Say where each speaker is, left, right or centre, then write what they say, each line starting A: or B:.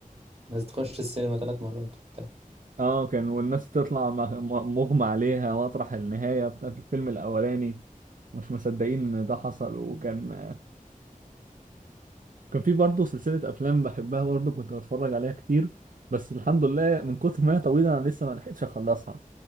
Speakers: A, on the right; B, on the right.
A: الناس تخش السينما ثلاث مرات وبتاع
B: اه كان والناس تطلع مغ- مغمى عليها مطرح النهاية بتاعت الفيلم الأولاني مش مصدقين إن ده حصل وكان كان في برضه سلسلة أفلام بحبها برضه كنت بتفرج عليها كتير بس الحمد لله من كتر ما هي طويلة أنا لسه ما لحقتش أخلصها